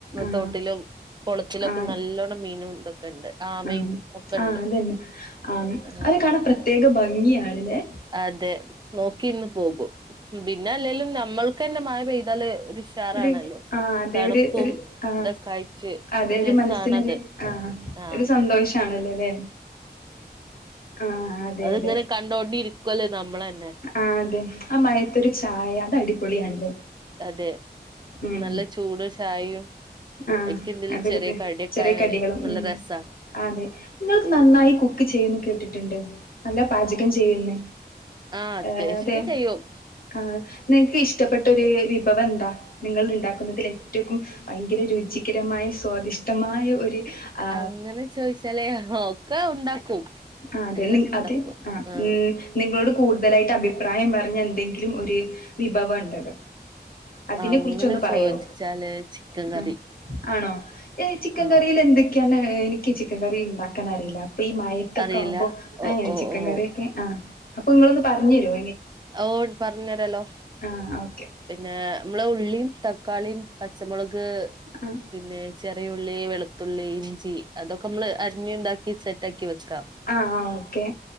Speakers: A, on the left (about 60°); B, on the right (about 25°).
A: ആഹ്
B: തോട്ടിലും കുളത്തിലൊക്കെ
A: ആഹ്
B: നല്ലോണ്ണം മീനും ഇതൊക്കെ ഉണ്ട്. ആമയും
A: ആഹ്
B: ഒക്കെ ഉണ്ട്
A: ആഹ് അതന്നെ. ആ
B: ആഹ്
A: അവരെ കാണ പ്രത്യേക ഭംഗിയണല്ലേ.
B: അതെ നോക്കിന്ന് പോകും. പിന്നെ അല്ലെലും നമ്മൾ ഒക്കെന്ന മഴ പെയ്താല് ഉഷാറാണല്ലോ
A: ഒരു ആ അതെ
B: തണുപ്പും
A: ഒരു ഒരു ആ
B: ഇതൊക്കെ ആയിട്ട്
A: അതെ ഒരു
B: രസാണത്
A: മനസ്സിനൊരു ആ
B: ആഹ്
A: ഒരു സന്തോഷ ആണല്ലേ അല്ലെ ആഹ് അതെ
B: അത്ങ്ങനെ
A: അതെ
B: കണ്ടോണ്ടിരിക്കുവല്ലേ. നമ്മളന്നെ
A: ആ അതെ ആ മയത്തരു ചായ അത് അടിപൊളിയാണല്ലേ.
B: അതെ
A: ഉം
B: നല്ല ചൂട് ചായയും
A: ആ
B: അഐക്കെന്തില
A: അതൊക്കെ
B: ചെറിയ കടിക്കെആയ
A: ചെറിയ കടികളും
B: നല്ല
A: ഉം
B: രസ.
A: അതെ നിങ്ങൾക്ക് നന്നായി കുക്ക് ചെയ്യുന്നു കേട്ടിട്ടുണ്ട് നല്ല പാചകം ചെയ്യുന്ന
B: ആഹ് അത്യാവശ്യൊക്കെ
A: ഏ അതെ
B: ചെയ്യും
A: ആഹ് നിങ്ങക്ക് ഇഷ്ടപ്പെട്ട ഒരു വിഭവം എന്താ നിങ്ങൾ ഉണ്ടാക്കുന്നതിൽ ഏറ്റവും ഒരെ രുചികരമായ സ്വാദിഷ്ടമായ ഒരു ആ
B: അങ്ങനെ ചോദിച്ചാലേ നോക്ക ഉണ്ടാക്കും.
A: ആ അതെ
B: എല്ലാതും
A: നി
B: ഉണ്ടാക്കും
A: അതെ ആ
B: ആഹ്
A: ഉ നിങ്ങളോട് കൂടുതലായിട്ട് അഭിപ്രായം പറഞ്ഞ എന്തെങ്കിലും ഒരു വിഭവം ഉണ്ടല്ലോ. അതിനെ
B: അങ്ങനെ
A: കുറിച്ചൊന്ന് പറയോ
B: ചോദിച്ചാല് ചിക്കൻ കറി.
A: ഉം ആണോ ചിക്കൻ
B: ആഹ്
A: കറില് എന്തൊക്കെയാണ് എനിക്ക് ചിക്കൻ കറി ഉണ്ടാക്കാൻ അറിയില്ല അപ്പൊ ഈ തൊക്കെ
B: അറിയില്ല
A: ആവുമ്പോ
B: ഓ
A: അങ്ങനെ
B: ഓ
A: ചിക്കൻ
B: ഓ
A: കറിയ ഒക്കെ ആഹ് അപ്പൊ നിങ്ങളൊന്ന് പറഞ്ഞു തരോ?
B: ഓൺ പറഞ്ഞു തരല്ലോ.
A: ആ ഓക്കെ
B: പിന്നെ നമ്മളെ ഉള്ളിയും തക്കാളിയും പച്ചമുളക്
A: ആ
B: പിന്നെ ചെറിയുള്ളി വെളുത്തുള്ളി ഇഞ്ചി അതൊക്കെ നമ്മള് അരിഞ്ഞ ഇതാക്കി സെറ്റക്കി വെക്കാം
A: ആ ആ ഓക്കെ